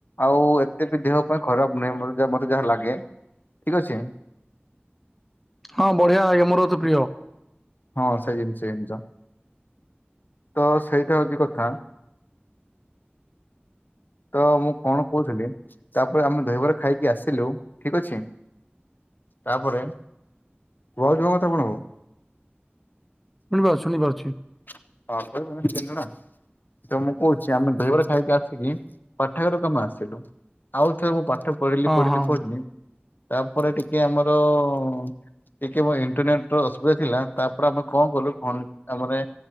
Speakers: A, on the left; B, in the centre.
A: ଆଉ ଏତେ ବି ଦେହ ପାଇଁ ଖରାପ ନୁହେଁ ମତେ ଯାହା ଲାଗେ। ଠିକ ଅଛି।
B: ହଁ ବଢିଆ ଆଜ୍ଞା ମୋର ତ ପ୍ରିୟ
A: ହଁ ସେଇ ଜିନିଷ ସେଇ ଜିନିଷ ତ ସେଇଟା ହଉଛି କଥା। ତ ମୁଁ କଣ କହୁଥିଲି ତାପରେ ଆମେ ଦହିବରା ଖାଇକି ଆସିଲୁ ଠିକ ଅଛି ତାପରେ ଭାଉଜ ଙ୍କ କଥା କଣ ହବ?
B: ଶୁଣିପାରଛି ଶୁଣିପାରୁଛି।
A: । <unintelligible> ତ ମୁଁ କହୁଛି, ଆମେ ଦହିବରା ଖାଇକି ଆସିକି, ପାଠାଗାରୁକୁ କମେ ଆସିଲୁ? ଆଉ ଥରେ ମୁଁ ପା ଠ ପଢିଲି
B: ହଁ
A: ପଢିଲି
B: ହଁ
A: ପଢିଲି। ତା'ପରେ ଟିକେ ଆମର-ଅ-ଅଁ ଟିକେ ମୋ ଇଣ୍ଟରନେଟ୍ ର ଅସୁବିଧା ଥିଲା। ତା'ପରେ ଆମେ କଣ କଲୁ କଣ ଆମନେ